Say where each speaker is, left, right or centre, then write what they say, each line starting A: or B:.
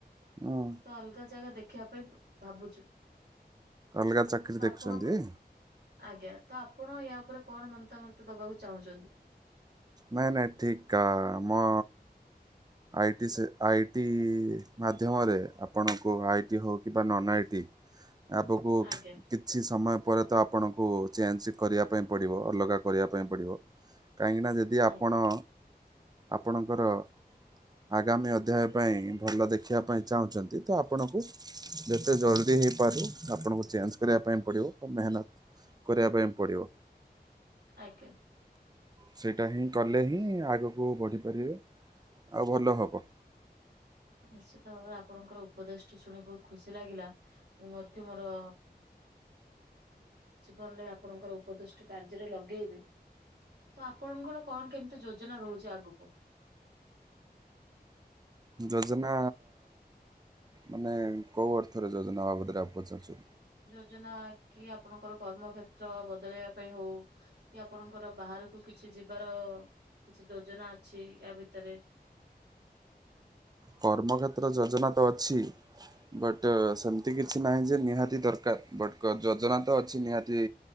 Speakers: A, on the right; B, on the right.
A: ହୁଁ।
B: ତ ଅଲଗା ଜାଗା ଦେଖିବା ପାଇଁ ଭାବୁଛୁ।
A: ଅଲଗା ଚାକିରି
B: ତ
A: ଦେଖୁଛନ୍ତି?
B: ଆପଣଙ୍କ ଆଜ୍ଞା ତ ଆପଣ ୟା ଉପରେ କଣ ମତାମତ ଦବାକୁ ଚାହୁଁଛନ୍ତି?
A: ନାଇ ନାଇ ଠିକ କା ମ। ଆଇଦି ସେ ଟି ଆଇ ଟି ମାଧ୍ୟମରେ ଆପଣଙ୍କୁ ଆଇ ଟି ହେଉ କିମ୍ବା ନନ୍ ଆଇ ଟି ଆପକୁ
B: ଆଜ୍ଞା
A: କିଛି ସମୟ ପରେ ତ ଆପଣଙ୍କୁ ଚେଞ୍ଜ କରିବା ପାଇଁ ପଡିବ ଅଲଗା କରିବା ପାଇଁ ପଡିବ। କାହିଁକି ନା ଯଦି ଆପଣ
B: ଆଜ୍ଞା
A: ଆପଣଙ୍କର ଆଗାମୀ ଅଧ୍ୟାୟ ପାଇଁ ଭଲ ଦେଖିବା ପାଇଁ ଚାହୁଁଛନ୍ତି ତ ଆପଣଙ୍କୁ ଯେତେ ଜରୁରୀ ହେଇପାରୁ ଆପଣଙ୍କୁ ଚେଞ୍ଜ କରିବା ପାଇଁ ପଡିବ ମେହନତ କରିବା ପାଇଁ ପଡିବ।
B: ଆଜ୍ଞା।
A: ସେଇଟା ହିଁ କଲେ
B: ନିଶ୍ଚୟ।
A: ହିଁ ଆଗକୁ ବଢ଼ିପାରିବେ ଆଉ ଭଲ ହବ।
B: ନିଶ୍ଚିତ ଭାବରେ ଆପଣଙ୍କର ଉପଦେଶଟି ଶୁଣି ବହୁତ ଖୁସି ଲାଗିଲା ମୁଁ ମଧ୍ୟ ମୋର ଜୀବନରେ ଆପଣଙ୍କର ଉପଦେଶଟି କାର୍ଯ୍ୟରେ ଲଗେଇବି। ତ ଆପଣଙ୍କର କଣ କେମିତି ଯୋଜନା ରହୁଛି ଆଗକୁ?
A: ଯୋଜନା ମାନେ କେଉଁ ଅର୍ଥରେ ଯୋଜନା ବାବଦରେ ଆ ପଚାରୁଛନ୍ତି?
B: ଯୋଜନା କି ଆପଣଙ୍କର କର୍ମକ୍ଷେତ୍ର ବଦଳେଇବା ପାଇଁ ହଉ କି ଆପଣଙ୍କର ବାହାରକୁ କିଛି ଯିବାର କିଛି ଯୋଜନା ଅଛି ୟା ଭିତରେ
A: କର୍ମକ୍ଷେତ୍ର ଯୋଜନା ତ ଅଛି। ବଟ୍ ସେମିତି କିଛି ନାହିଁ ଯେ ନିହାତି ଦରକାର। ବଟ ଯୋଜନା ତ ଅଛି ନିହାତି